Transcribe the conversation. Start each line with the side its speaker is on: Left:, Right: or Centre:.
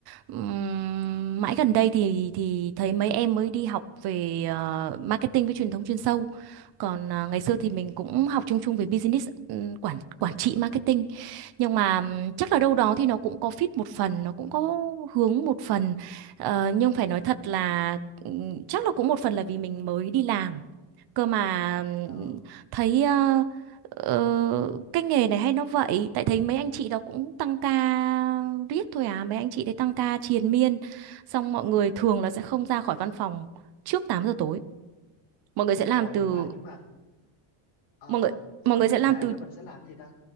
Right: ừm, mãi gần đây thì thì thấy mấy em mới đi học về ờ, marketing với truyền thông chuyên sâu. Còn à, ngày xưa thì
Left: À
Right: mình cũng học chung chung về business ừm, quản quản trị marketing nhưng mà ừm, chắc là đâu đó thì nó cũng có fit một phần nó cũng có hướng một phần Ờ, nhưng phải nói thật là ừm, chắc là cũng một phần là vì mình mới đi làm cơ mà
Left: ờ.
Right: ừm, thấy ờ, ờ, cái nghề này hay nó vậy tại thấy mấy anh chị đó cũng tăng ca riết thôi à mấy anh chị đấy tăng ca triền miên xong mọi người thường là sẽ không ra khỏi văn phòng trước tám giờ tối mọi người sẽ làm
Left: Ồ
Right: từ
Left: nhưng mà nhưng mà ờ
Right: mọi
Left: ờ
Right: người
Left: nhưng
Right: mọi
Left: mà
Right: người
Left: cụ
Right: sẽ làm
Left: thể
Right: từ
Left: là mình sẽ làm gì ta?